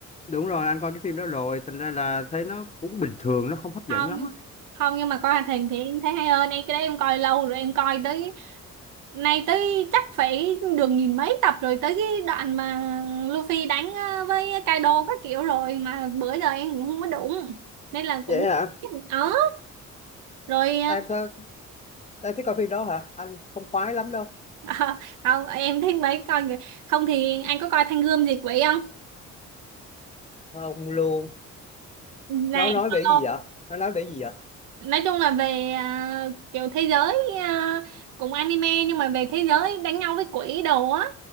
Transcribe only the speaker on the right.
không
nhưng-
không nhưng mà coi hoạt hình thì em thấy hay hơn em cái đấy em coi lâu rồi em coi tới Này tới chắc phải được nghìn mấy tập rồi tới cái đoạn mà Luffy đánh ờ, với Kaido các kiểu rồi mà bữa giờ em cũng không có đụng nên là cũng
ờ rồi ờ,
<laughs> không, em thấy mấy coi kìa. không thì anh có coi Thanh Gươm Diệt Quỷ không
này
solo
nói chung là về ờ, kiểu thế giới ờ, cũng anime nhưng mà về thế giới đánh nhau với quỷ đồ á